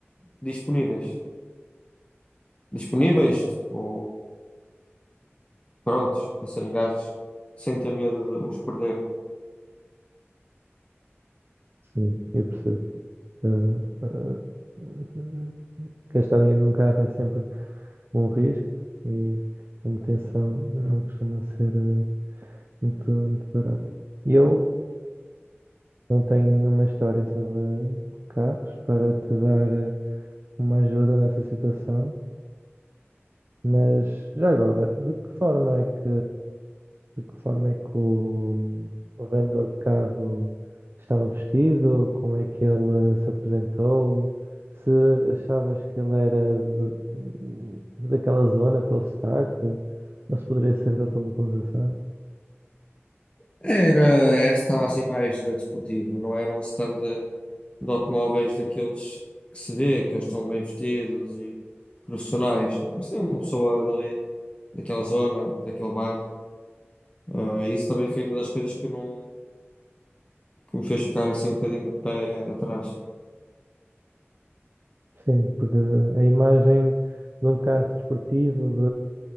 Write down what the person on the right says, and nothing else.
Sim, eu percebo. Ah, ah, ah, gastar dinheiro num carro é sempre um risco e a manutenção não costuma ser eh, muito, muito barata. Eu não tenho nenhuma história sobre carros para te dar eh, uma ajuda nessa situação, mas já agora, de que forma é que de que forma é que o, o vendedor de carro estava vestido, como é que ele se apresentou, se achavas que ele era de- daquela zona pelo sotaque, ou se poderia ser de outra localização.
Sim, porque a imagem de um carro desportivo